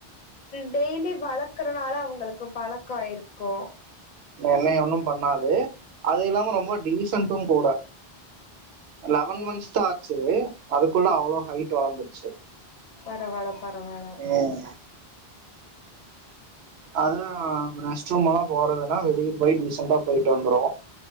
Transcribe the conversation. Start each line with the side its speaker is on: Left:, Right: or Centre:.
Left: டெய்லி வளர்க்கறனால அவங்களுக்கு பழக்கோ ஆயிருக்கு
Right: என்னய ஒண்ணு பண்ணாது அது இல்லாம ரொம்ப டீசன்டு கூட லவன்
Left: ஓ
Right: மந்த்ஸ் தா ஆச்சு அதுக்குள்ள அவ்ளோ ஹைட் வளர்ந்துச்
Left: பரவால பரவால
Right: உம் அதா ரெஸ்ட் ரூம்ல்லா போறதுன்னா வெளிய போய் டீசன்டா போயிட்டு வந்துரு